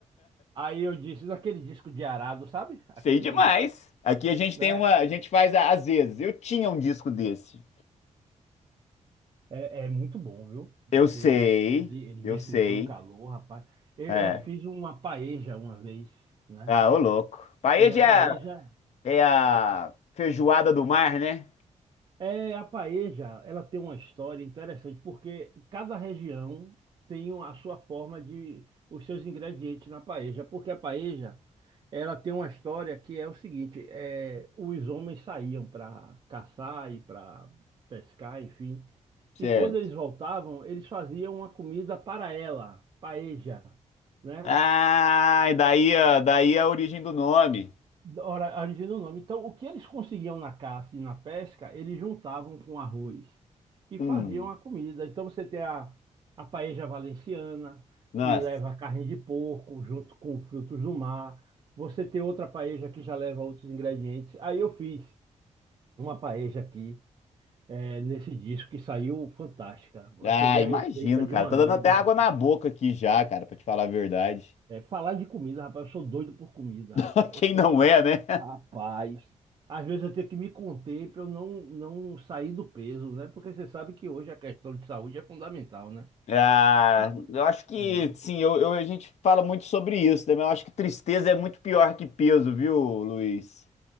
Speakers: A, on the right; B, on the left.
A: Aí eu disse, naquele disco de arado, sabe? Aquele,
B: Sei demais. Aqui a gente
A: né?
B: tem uma, a gente faz a- às vezes. Eu tinha um disco desse.
A: É, é muito bom, viu? Você,
B: Eu sei,
A: ele, ele
B: eu
A: distribui
B: sei.
A: o calor, rapaz. Eu,
B: É.
A: eu fiz uma paeja uma vez, né?
B: Ah, ô louco. Paella
A: E a paeja,
B: é a feijoada do mar, né?
A: É, a paeja, ela tem uma história interessante, porque cada região tem a sua forma de, os seus ingredientes na paeja, porque a paeja, ela tem uma história que é o seguinte, é, os homens saíam para caçar e para pescar, enfim,
B: Certo.
A: e quando eles voltavam, eles faziam uma comida para ela, paeja, né?
B: Ah, e daí, a- daí é a origem do nome.
A: da hora- a origem do nome. Então, o que eles conseguiam na caça e na pesca, eles juntavam com arroz e
B: Hum,
A: faziam a comida. Então, você tem a, a paella valenciana,
B: nossa.
A: que leva carne de porco junto com frutos do mar. Você tem outra paella que já leva outros ingredientes. Aí eu fiz uma paella aqui, eh, nesse disco, que saiu fantástica. Eu
B: Ah,
A: peguei
B: imagino,
A: a receita de
B: cara.
A: um amigo,
B: Tá dando até água
A: rapaz.
B: na boca aqui já, cara, pra te falar a verdade.
A: Eh, falar de comida, rapaz, eu sou doido por comida,
B: <laughs>
A: rapaz.
B: Quem
A: Eu sou.
B: não é, né?
A: Rapaz, às vezes eu tenho que me conter para eu não, não sair do peso, né? Porque você sabe que hoje a questão de saúde é fundamental, né?
B: Ah,
A: Ma-
B: eu acho que,
A: É.
B: sim, eu, eu- a gente fala muito sobre isso, né? Mas eu acho que tristeza é muito pior que peso, viu, Luiz?